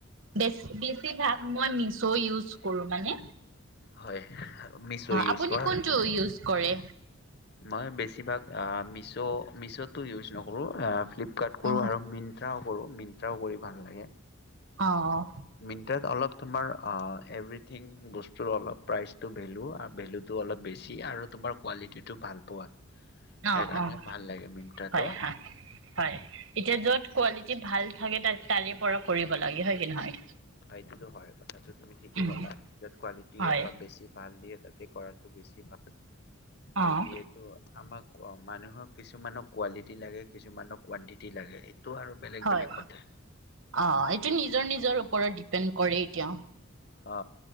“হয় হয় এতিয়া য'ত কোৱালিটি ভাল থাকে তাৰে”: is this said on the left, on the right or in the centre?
Right